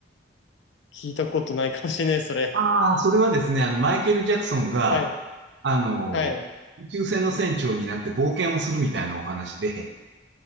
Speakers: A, on the left; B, on the right.
A: 聞いたことないかもしれない、それ。
B: ああ、それはですね、あの、マイケル・ジャクソンが、
A: はい。
B: あの、
A: はい。
B: 宇宙船の船長になって冒険をするみたいなお話で、